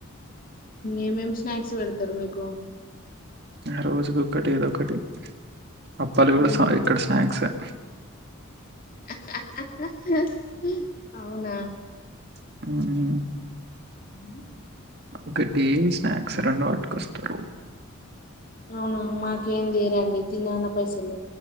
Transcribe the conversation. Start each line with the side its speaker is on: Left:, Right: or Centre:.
Left: ఏమేమ్ స్నాక్స్ వడతరు మీకు
Right: ఆ రోజుకుకటి ఏదొకటి అప్పలు గూడా
Left: ఉహు
Right: స ఇక్కడ స్నాక్సే
Left: హహహహహహ అవునా
Right: మ్
Left: మ్
Right: ఒకటి స్నాక్స్ రెండు వట్కొస్తారు
Left: అవునా మాకేం తీరండి తిన్నాన్న పైసలు